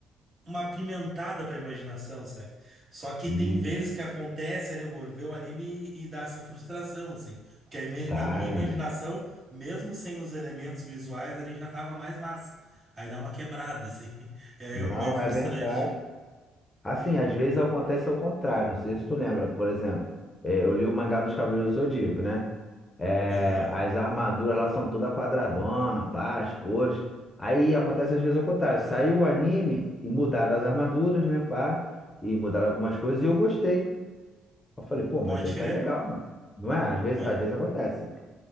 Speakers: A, on the right (about 40°); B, on the left (about 20°).
A: uma pimentada pra imaginação, sabe? Só que
B: Isso.
A: tem vezes que acontece ali, eu vou ver o anime e, e dá essa frustração, assim. Porque a, ime-
B: Tá,
A: a minha imaginação,
B: né?
A: mesmo sem os elementos visuais ali, já tava mais massa. Aí dá uma quebrada, assim. <laughs> E aí
B: Não,
A: é meio frustrante.
B: é verdade. Assim, às vezes acontece ao contrário. Não sei se tu lembra, por exemplo, é, eu li o mangá dos Cavaleiros do Zodíaco, né? É,
A: Aham.
B: as armaduras lá são toda quadradona, pá, as cores. Aí acontece às vezes ao contrário. Saiu o anime e mudaram as armaduras, né, pá? E mudaram algumas coisas e eu gostei. Eu falei, pô,
A: Pode
B: mas isso aí
A: crer.
B: tá legal, mano. Não é? Às vezes,
A: Pode.
B: às vezes acontece.